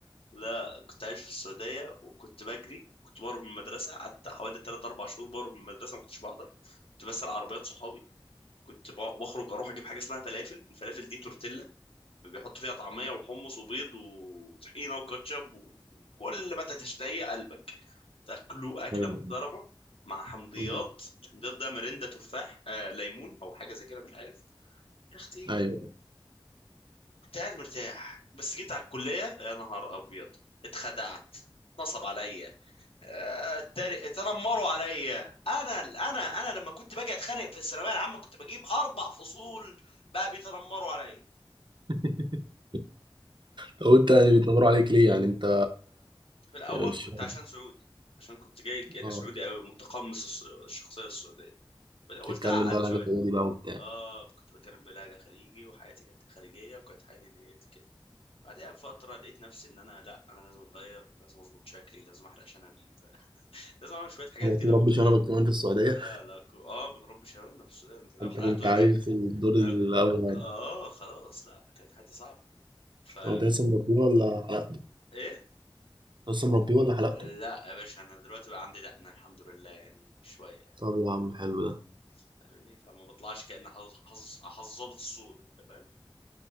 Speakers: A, on the left (about 80°); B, on the right (about 55°).
A: لا كنت عايش في السعودية وكنت بجري كنت بهرب من المدرسة قعدت حوالي 3 4 شهور بهرب من المدرسة ما كنتش بحضر كنت بسرق عربيات صحابي كنت ب- بخرج أروح أجيب حاجة اسمها فلافل الفلافل دي تورتيلا بيحط فيها طعمية وحمص وبيض وطحينة وكاتشب وكل ما تشتهي قلبك تاكلوا أكلة
B: ايوه
A: محترمة مع حمضيات
B: مم.
A: الحمضيات ده مرندة تفاح آه ليمون أو حاجة زي كده مش عارف يا أختي
B: ايوه
A: كنت قاعد مرتاح بس جيت على الكلية يا نهار أبيض اتخدعت نصب عليا آه، اتري- اتنمروا عليا انا انا انا لما كنت باجي اتخانق في الثانويه العامه كنت بجيب اربع فصول بقى بيتنمروا عليا
B: <laughs> طب انت يعني بيتنمروا عليك ليه يعني انت
A: في الاول
B: يعني مش
A: كنت
B: فاهم
A: عشان سعودي عشان كنت جاي يعني
B: اه
A: سعودي قوي متقمص الس- الشخصيه السعوديه بعدين
B: تتكلم
A: قلت اعقل
B: بقى لهجة
A: شويه
B: دي بقى وبتاع
A: اه كنت بتكلم بلهجه خليجي وحياتي كانت خليجيه وكانت حياتي ديت كده بعدها بفتره لقيت نفسي ان انا لا انا لازم اتغير لازم اظبط شكلي لازم احلق شنبي لا، لازم اعمل شويه حاجات
B: دلوقتي
A: كده
B: مربي
A: مختلفه
B: شنبك كمان في السعودية
A: اه لا كو- اه بنربي شنبنا في السودان انت لو
B: انت
A: حلقته
B: كنت عايش
A: هناك
B: في الدور الاول
A: اه ك-
B: يعني
A: آه، خلاص لا كانت حياتي صعبه ف
B: طب انت لسه مربيه ولا حلقته
A: ايه
B: لسه مربيه ولا حلقته
A: لا يا باشا انا دلوقتي بقى عندي دقنه الحمد لله يعني شويه يعني.
B: طب يا عم
A: آه،
B: حلو ده
A: فاهمني فما بطلعش كأن حظ حظ حظ ظابط الصوت انت فاهم